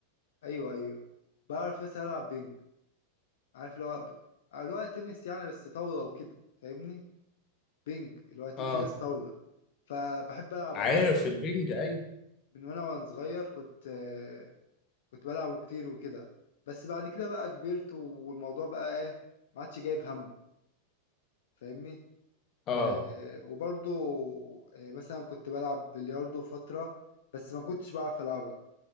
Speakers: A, on the left (about 55°); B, on the left (about 30°).
A: ايوه ايوه بعرف بس العب بينج عارف اللي هو ب- آه، اللي هو تنس يعني بس طاوله وكده فاهمني بينج اللي هو ت-
B: اه
A: تنس طاوله فبحب العب
B: عارف
A: قوي يعني انا
B: البنج اي
A: من وانا وانا صغير كنت آه، كنت بلعبه كتير وكده بس بعد كده بقى كبرت والموضوع بقى ايه ما عادش جايب همه فاهمني
B: اه
A: و- وبرضه آه، مثلا كنت بلعب بلياردو فتره بس ما كنتش بعرف العبها